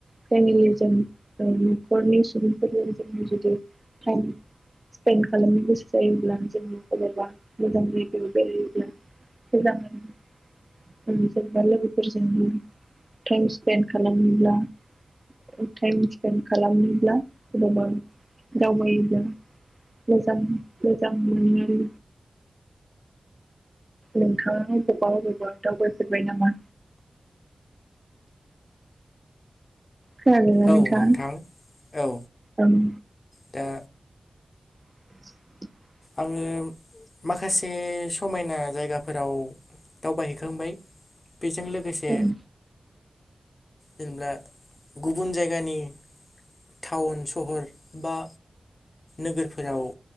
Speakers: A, on the right; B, on the left.
A: फेमिलि जों ओं न'खरनि सुबुंफोरजों जों जुदि थाम थान खालामनो गोसो जायोब्ला जोंनि अबावबा मोजां जायगायाव बेरायहैदो <unintelligible> गावनि जेनेबा लोगोफोरजोंबो टाइम स्पेन्ड खालामोब्ला ओ टाइम स्पेन्ड खालामोब्ला अबावबा दावबायोब्ला मोजां मोजां मोनो। नोंथाङा अबावबा अबावबा दावबायफेरबाय नामा? खोनादोंना
B: ओ
A: नोंथाङा
B: औ नोंथां औ
A: ओं
B: दा
A: <unintelligible>
B: आङो माखासे समायना जायगाफोराव दावबायहैखांबाय बेजों लोगोसे
A: ओं
B: जेनब्ला गुबुन जायगानि थाउन सहर बा नोगोरफोराव